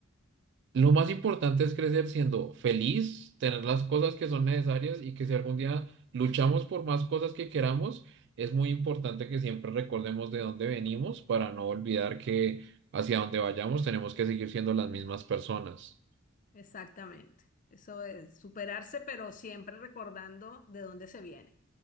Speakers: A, on the right (about 55°); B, on the left (about 40°).
A: Lo más importante es crecer siendo feliz, tener las cosas que son necesarias y que si algún día luchamos por más cosas que queramos, es muy importante que siempre recordemos de dónde venimos para no olvidar que hacia donde vayamos tenemos que seguir siendo las mismas personas.
B: Exactamente. Eso es superarse, pero siempre recordando de dónde se viene.